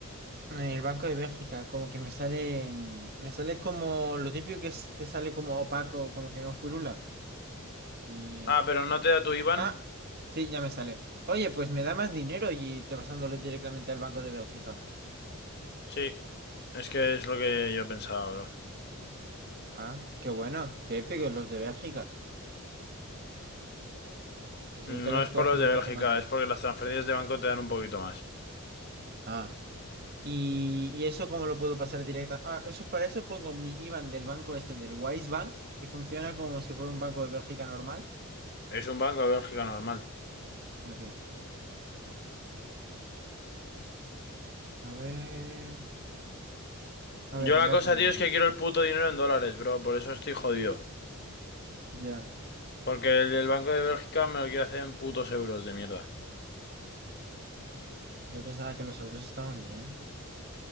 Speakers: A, on the right; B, on the left.
A: En el Banco de Bélgica, como que me salen me sale como lo típico que es- te sale como opaco, como que no furula. Y-
B: Ah, pero no te da tu IBAN.
A: Ah, sí, ya me sale. Oye, pues me da más dinero y te pasándolo directamente al Banco de Bélgica.
B: Sí, es que es lo que yo pensaba, bro.
A: Ah, qué bueno, qué épicos los de Bélgica. Pues
B: No
A: ahí tal vez
B: es
A: puedo
B: por los
A: hacer
B: de
A: un
B: Bélgica,
A: poco más de.
B: es porque las transferencias de banco te dan un poquito más.
A: Ah, y, y eso cómo lo puedo pasar directa. Ah, eso para eso pongo mi IBAN del banco este, del Wise Bank, y funciona como si fuera un Banco de Bélgica normal.
B: Es un banco de Bélgica normal.
A: Aquí. A ver, a ver,
B: Yo la
A: voy a
B: cosa,
A: poner.
B: tío, es
A: el-
B: que quiero el puto dinero en dólares, bro. Por eso estoy jodido.
A: Ya.
B: Porque el del Banco de Bélgica me lo quiere hacer en putos euros de mierda.
A: Yo pensaba que los euros estaban bien.